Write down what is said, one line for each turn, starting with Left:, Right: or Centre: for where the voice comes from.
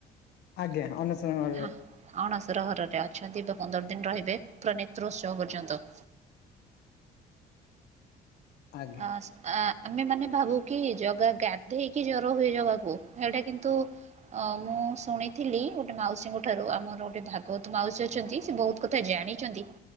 Left: ଆଜ୍ଞା ଅନେଶୁତ <unintelligible>
Right: ହଁ ଅଣଶର ଘରରେ ଅଛନ୍ତି ତ ପନ୍ଦର ଦିନ ରହିବେ ପୁରା ନେତ୍ରୋଉସ୍ରଵ ପର୍ଯ୍ୟନ୍ତ।
Left: ଆଜ୍ଞା
Right: ଅା ଆ ଆମେ ମାନେ ଭାବୁ କି ଜଗା ଦେଇକି ଜର ହୁଏ ଜଗାକୁ ହେଇଟା କିନ୍ତୁ ଅା ମୁଁ ଶୁଣିଥିଲି ଗୋଟେ ମାଉସୀଙ୍କ ଠାରୁ ଆମର ଗୋଟେ ଭାଗବତ ମାଉସୀ ଅଛନ୍ତି ସେ ବହୁତ ଏକଥା ଜାଣିଛନ୍ତି